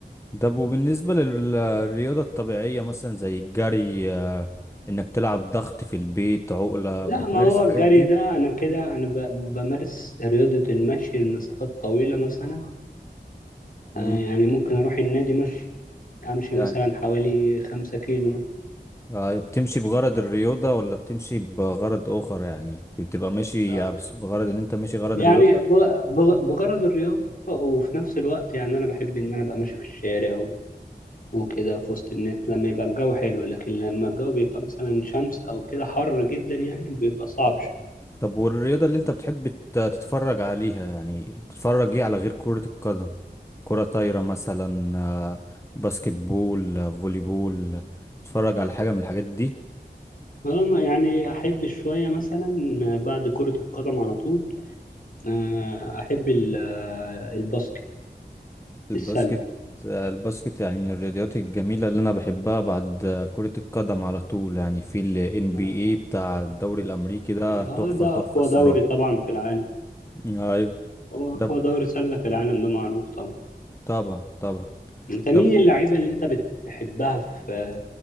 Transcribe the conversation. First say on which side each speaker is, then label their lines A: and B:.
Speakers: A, on the left; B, on the left.
A: ده بالنسبة للرياضة الطبيعية مثلا زي الجري آه، إنك تلعب ضغط في البيت عقلة
B: لا
A: بتمارس
B: ما هو
A: الحاجات
B: الجري
A: دي
B: ده أنا كده أنا ب- بمارس رياضة المشي لمسافات طويلة مثلا
A: مم.
B: آه، يعني ممكن أروح النادي مشي أمشي
A: يعني
B: مثلا حوالي خمسة كيلو مثلا
A: آه، بتمشي بغرض الرياضة ولا بتمشي بغرض آخر يعني بتبقى ماشي
B: آه،
A: يعني بس بغرض إن أنت ماشي غرض
B: يعني
A: رياضة
B: بغ- بغ- بغرض الرياضة وفي نفس الوقت يعني أنا بحب إن أنا أبقى ماشي في الشارع وكده في وسط الناس لما يبقى الجو حلو لكن لما الجو بيبقى مثلا شمس أو كده حر جدا يعني بيبقى صعب شوية
A: طب والرياضة اللي انت بتحب ت- تتفرج عليها يعني بتتفرج ايه على غير كرة القدم كرة طايرة مثلا آه، باسكت بول آه، فولي بول تتفرج على حاجة من الحاجات دي
B: أنا يعني أحب شوية مثلا بعد كرة القدم على طول آه، أحب ال- آه، الباسكت
A: الباسكت
B: السلة
A: آه، الباسكت يعني من الرياضيات الجميلة اللي انا بحبها بعد آه، كرة القدم على طول يعني في ال NBA
B: آه
A: بتاع الدوري الامريكي ده تحفة
B: آه، ده
A: تحفة
B: أقوى
A: الصراحة
B: دوري طبعا في العالم
A: ايوه
B: هو
A: ده
B: أقوى
A: ب-
B: دوري سلة في العالم ده معروف طبعا
A: طبعا طبعا
B: أنت مين
A: ده ب-
B: اللعيبة اللي أنت بتحبها في